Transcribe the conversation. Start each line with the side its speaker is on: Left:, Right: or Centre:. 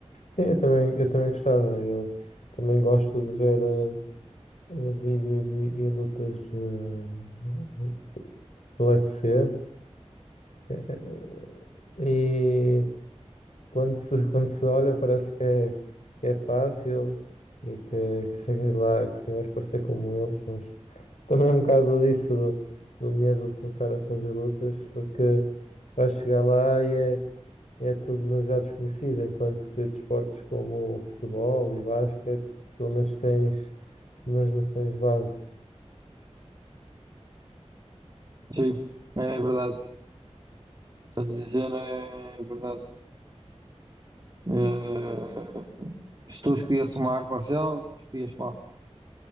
Left: Sim, eu também, eu também gostava. Eu também gosto de ver eh, eh, vídeos e, e lutas eh, do UFC. que- é, E quando se, <laughs> quando se olha parece que é, que é fácil e que, que chegas lá que vais parecer como eles, mas também é um bocado disso do, do medo de começar a fazer lutas, porque vais chegar lá e é, é tudo demasiado desconhecido, enquanto que desportos como o futebol e basquete, pelo menos tens umas noções base.
Right: Sim, é verdade. Estás a dizer, é verdade. Eh, se tu escolhias uma arte marcial, escolhias qual?